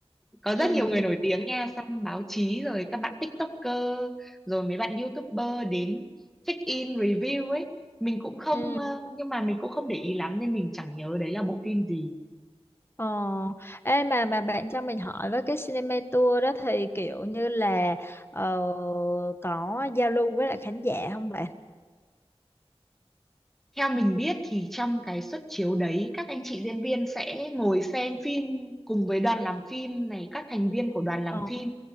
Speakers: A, in the centre; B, on the left.
A: có rất
B: ừ
A: nhiều người nổi tiếng nha xong báo chí rồi các bạn TikToker rồi mấy bạn YouTuber đến check in review ấy mình cũng không
B: ừ
A: ờ, nhưng mà mình cũng không để ý lắm nên mình chẳng nhớ đấy là bộ phim gì
B: ờ ê mà mà bạn cho mình hỏi với cái cinema tour đó thì kiểu như là ờ, có giao lưu với lại khán giả không bạn
A: Theo mình biết thì trong cái suất chiếu đấy các anh chị diễn viên sẽ ngồi xem phim cùng với đoàn làm phim này các thành viên của đoàn làm
B: ờ
A: phim.